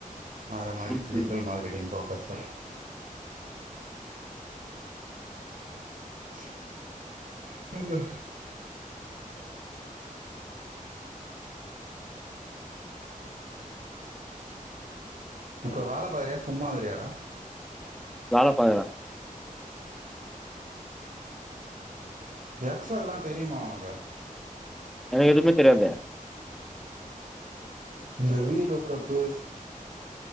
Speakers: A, on the right (about 65°); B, in the centre.
A: அதமாரி
B: ம்
A: டிஜிட்டல்
B: ம்
A: மார்கெட்டிங் போக்கஸ் தா <unintelligible> இப்போ வேல பாக்குறியா சும்மாருக்கிறியாடா
B: வேலபாக்குற
A: எக்ஸோலா தெரியுமா உனக்கு
B: எனக்கு எதுவுமே தெரியாதே
A: இந்த ரீலோக்கப்பு